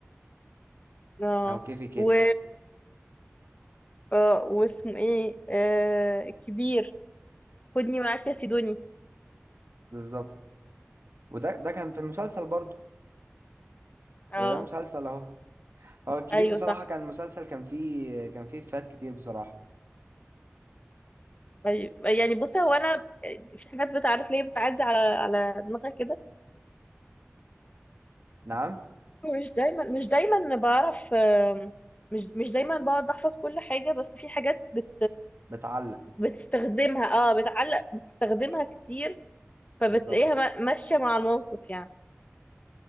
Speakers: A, on the left; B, on the right.
A: اه
B: أهو كيفي كده
A: و آه، واسمه ايه آه الكبير خدني معاك يا سيدوني
B: بالظبط وده ده كان في المسلسل برضه
A: اه
B: يبقى ده مسلسل اهو هو الكبير
A: ايوه
B: بصراحة
A: صح
B: كان مسلسل كان فيه كان فيه فات كتير بصراحة
A: ايوه يعني بص هو انا في حاجات بتعرف ليه بتعدي على على دماغي كده
B: نعم
A: مش دايما مش دايما بعرف آم، مش مش دايما بقعد احفظ كل حاجه بس في حاجات بت
B: بتعلق
A: بتستخدمها اه بتعلق بتستخدمها كتير فبتلاقيها
B: بالظبط
A: ما- ماشيه مع الموقف يعني